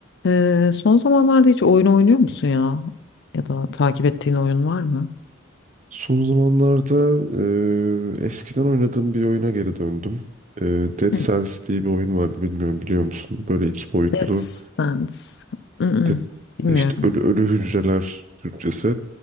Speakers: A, on the left (about 60°); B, on the right (about 40°).
A: Ee, son zamanlarda hiç oyun oynuyor musun ya? Ya da takip ettiğin oyun var mı?
B: Son zamanlarda eee, eskiden oynadığım bir oyuna geri döndüm. Eee, Dead
A: Hı.
B: Cells diye bir oyun vardı bilmiyorum biliyor musun? Böyle iki boyutlu
A: Death Stands. Mm-mm,
B: de,
A: Bilmiyorum.
B: işte ölü ölü hücreler Türkçesi.